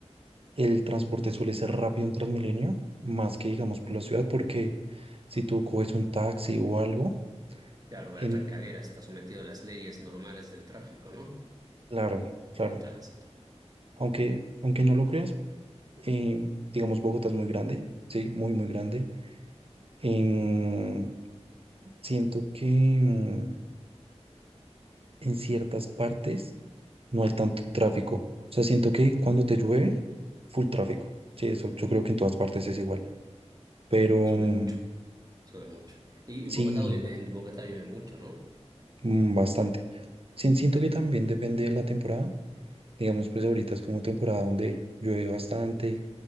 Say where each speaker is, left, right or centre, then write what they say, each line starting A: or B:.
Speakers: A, on the right; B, on the right.
A: el transporte suele ser rápido en Transmilenio, más que digamos por la ciudad, porque si tú coges un taxi o algo,
B: Claro,
A: en,
B: la Trancadera está sometido a las leyes normales del tráfico, ¿no?
A: claro, claro,
B: El tránsito.
A: aunque, aunque no lo creas, em, digamos Bogotá es muy grande, sí, muy, muy grande. em, siento que em, en ciertas partes no hay tanto tráfico. O sea, siento que cuando te llueve, full tráfico. Sí, eso yo creo que en todas partes es igual. Pero
B: Sí, sube
A: mm,
B: mucho, sube mucho. Y
A: sí,
B: Bogotá, en Bogotá llueve mucho, ¿no?
A: mm, bastante. Sí, siento que también depende de la temporada. Digamos, pues ahorita es como temporada donde llueve bastante.